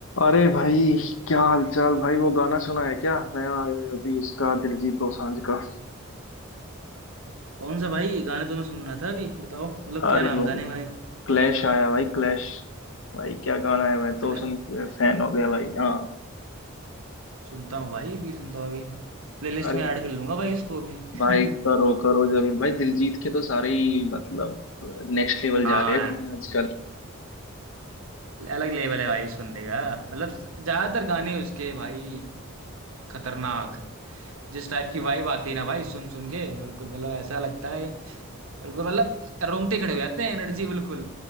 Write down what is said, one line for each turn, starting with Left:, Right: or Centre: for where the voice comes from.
Left: अरे भाई क्या हाल चाल भाई वो गाना सुना है क्या नया आया है अभी इसका दिलजीत दोसांझ का
Right: कौन सा भाई गाने तो मैं सुन रहा था अभी बताओ मतलब
Left: अरे
Right: क्या नाम
Left: भाई
Right: गाने मैंने
Left: क्लैश आया है भाई क्लैश भाई क्या गाना है
Right: शुक्ला
Left: मैं तो सुन
Right: है?
Left: के फैन हो गया भाई हाँ
Right: सुनता हूँ भाई अभी सुनता हूँ अभी प्लेलिस्ट
Left: अरे
Right: में ऐड कर लूंगा भाई उसको भी <laughs>
Left: भाई करो करो जरूर भाई दिलजीत के तो सारे ही मतलब नेक्स्ट लेवल
Right: हाँ
Left: जा रहे हैं
Right: यार,
Left: गाने आजकल
Right: अलग लेवल है भाई सुनने का मतलब ज्यादातर गाने उसके भाई खतरनाक जिस टाइप की वाइब आती है ना भाई सुन सुन के बिल्कुल मतलब ऐसा लगता है बिल्कुल मतलब रोंगटे खड़े हो जाते हैं एनर्जी बिल्कुल